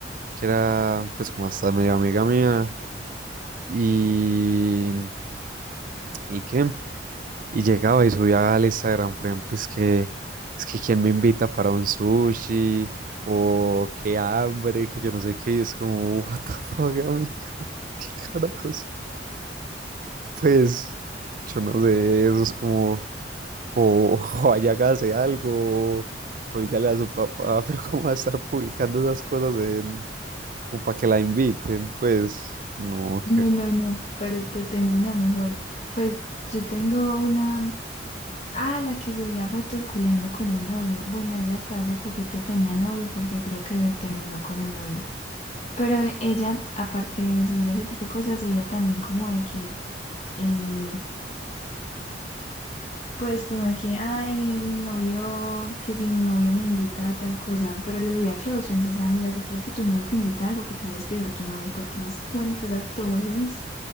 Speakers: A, on the right (about 50°); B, on the left (about 40°).
A: que era, pues, como hasta medio amiga mía. Y. ¿Y qué? Y llegaba y subía al Instagram, por ejemplo, es que, es que quién me invita para un sushi, o qué hambre, que yo no sé qué, y es como, what the fuck, amiga, <laughs> qué carajos. Pues, yo no sé, eso es como, o, <laughs> o vaya, hágase algo, o dígale a su papá, <laughs> pero cómo va a estar publicando esas cosas en, o para que la inviten, pues, no,
B: No,
A: que,
B: no, no, pero te tengo una mejor. Pues yo tengo una, ah, la que subía fotos culeando con el novio. Bueno, ella hasta hace poquito tenía novio porque creo que terminó con el novio. Pero ella, aparte de subir ese tipo de cosas, subía también como de que, eh, pues como de que, ay, mi novio, que si mi novio me invita a tal cosa, pero lo subía a close friends, o sea, amiga, si crees que tu novio te invita a algo, ¿por qué no le escribes a tu novio? ¿Por qué nos cuentas a todos?